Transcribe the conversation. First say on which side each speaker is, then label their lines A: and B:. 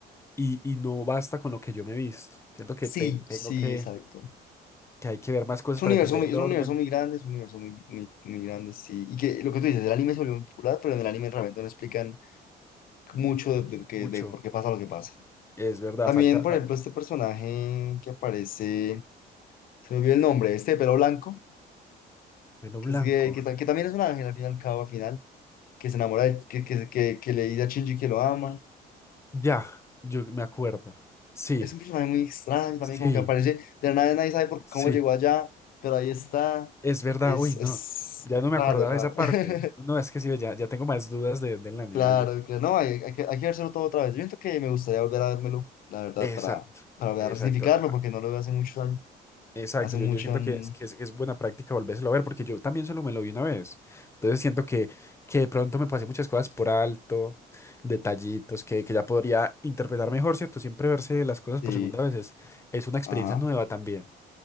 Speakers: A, on the left; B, on the left.
A: y, y no basta con lo que yo me he visto, siento que
B: Sí,
A: te- tengo
B: sí,
A: que,
B: exacto.
A: que hay que ver más cosas
B: Es un
A: para
B: universo
A: entender
B: muy,
A: el
B: es
A: orden,
B: un universo muy grande, es un universo muy, muy, muy grande, sí. Y que lo que tú dices, el anime se volvió muy popular, pero en el anime realmente no explican mucho de, de, lo que-
A: mucho,
B: de por qué pasa lo que pasa.
A: es verdad,
B: También,
A: falta,
B: por
A: fal-
B: ejemplo, este personaje que aparece, se me olvidó el nombre, este de pelo blanco,
A: pelo
B: que,
A: blanco.
B: es gay, que, ta- que también es un ángel al fin y al cabo, al final, que se enamora, de- que, que, que, que le dice a Shinji que lo ama.
A: Ya, yo me acuerdo. Sí,
B: Es un personaje muy extraño también,
A: sí,
B: como que aparece de la nada, nadie sabe por
A: sí,
B: cómo llegó allá, pero ahí está.
A: es verdad.
B: Es,
A: Uy, no,
B: es
A: ya no me
B: raro,
A: acordaba
B: es raro.
A: de esa parte.
B: <laughs>
A: No, es que sí, ya, ya tengo más dudas de, del anime.
B: Claro,
A: yo- yo-
B: claro, no, hay, hay que, hay que vérselo todo otra vez. Yo siento que me gustaría volver a vérmelo, la verdad,
A: Exacto,
B: para, para
A: exacto,
B: resignificarlo, porque no lo veo hace muchos años
A: exacto.
B: hace
A: Yo,
B: mucho,
A: yo siento
B: mm,
A: que, es, que es, es buena práctica volvérselo a ver porque yo también solo me lo vi una vez. Entonces siento que, que de pronto me pasé muchas cosas por alto, detallitos que, que ya podría interpretar mejor, ¿cierto? Siempre verse las cosas
B: sí,
A: por segunda vez es, es una experiencia
B: ajá.
A: nueva también,